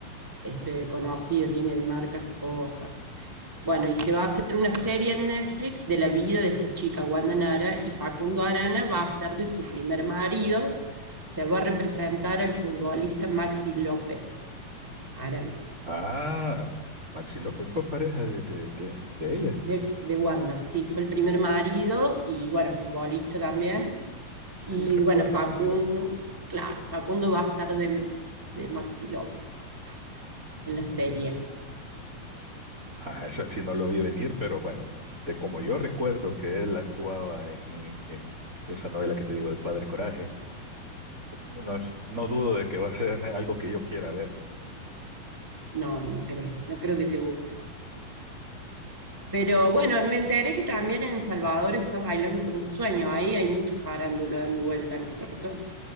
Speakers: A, in the centre; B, on the right (about 25°).
A: este, conocida, tiene marcas de cosas. Bueno, y se va a hacer una serie en Netflix de la vida de esta chica, Wanda Nara, y Facundo Arana va a ser de su primer marido se va a representar al futbolista
B: Mm.
A: Maxi López Arana,
B: Ah, Maxi López fue pareja de, de, de, de ella.
A: de, de Wanda, sí, fue el primer marido y bueno, futbolista también.
B: Sí,
A: Y
B: recuerdo
A: bueno, Facundo,
B: a Maxi López.
A: claro, Facundo va a ser de, de Maxi López en la serie.
B: Ah, eso sí no lo vi venir, pero bueno, de como yo recuerdo que él actuaba en, en- en esa novela que te digo de Padre Coraje, no, es- no dudo de que va a ser algo que yo quiera ver.
A: No, no creo, no creo que te guste. Pero bueno, me enteré que también en Salvador está bailando por un sueño. Ahí hay mucho farándula dando vuelta, ¿no es cierto?